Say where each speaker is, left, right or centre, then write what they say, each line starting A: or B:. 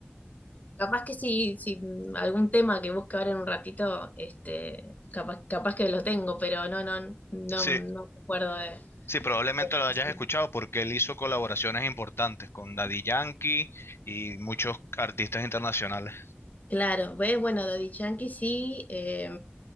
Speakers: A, on the left; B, on the left.
A: Capaz que si, si algún tema que busque ahora en un ratito, este, capaz, capaz que lo tengo, pero no, no, no, no
B: Sí,
A: me acuerdo de,
B: sí, probablemente
A: de-
B: lo hayas escuchado porque él hizo colaboraciones importantes con Daddy Yankee y muchos artistas internacionales.
A: Claro, ves, bueno, Daddy Yankee sí, eh,